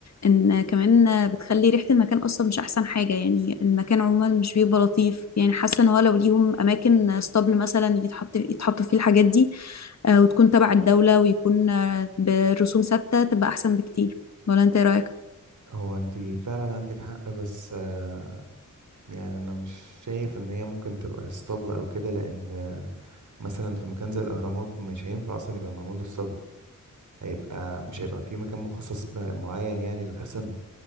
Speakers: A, on the left (about 55°); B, on the right (about 65°).
A: إن كمان بتخلي ريحة المكان أصلا مش أحسن حاجة يعني المكان عموما مش بيبقى لطيف يعني حاسة إن هو لو ليهم أماكن ستابل مثلا يتحط يتحطوا فيه الحاجات دي آه، وتكون تبع الدولة ويكون آه، برسوم ثابتة تبقى أحسن بكتير ولا أنت إيه رأيك؟
B: هو انت فعلا عندك حق بس آه، يعني انا مش شايف ان هي ممكن تبقى اسطبل او كده لان آه، مثلا في مكان زي الاهرامات مش هينفع اصلا يبقى معمول له اسطبل هيبقى مش هيبقى في مكان مخصص ب- معين يعني للحصنة